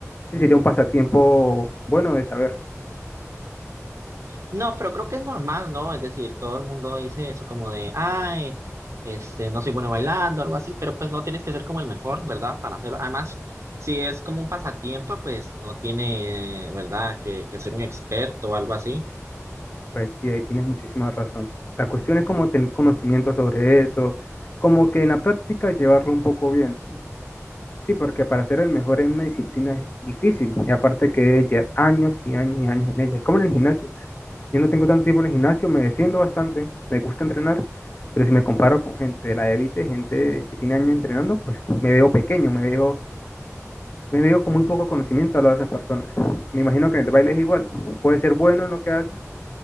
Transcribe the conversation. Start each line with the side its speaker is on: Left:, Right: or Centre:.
Left: Sí, sería un pasatiempo bueno de saber.
Right: No, pero creo que es normal, ¿no? Es decir, todo el mundo dice eso como de, ay, este, no soy bueno bailando, algo así, pero pues no tienes que ser como el mejor, ¿verdad? Para hacerlo. Además, si es como un pasatiempo, pues no tiene, ¿verdad? Que, que ser un experto o algo así.
Left: Pues sí, ahí tienes muchísima razón. La cuestión es como tener conocimiento sobre eso, como que en la práctica llevarlo un poco bien. Sí, porque para ser el mejor en una disciplina es difícil, y aparte que es llevar años y años y años en ella. Es como en el gimnasio. Yo no tengo tanto tiempo en el gimnasio, me defiendo bastante, me gusta entrenar, pero si me comparo con gente de la élite, gente que tiene años entrenando, pues me veo pequeño, me veo, me veo con muy poco conocimiento a lado de esas personas. Me imagino que en el baile es igual. Puede ser bueno en lo que hace,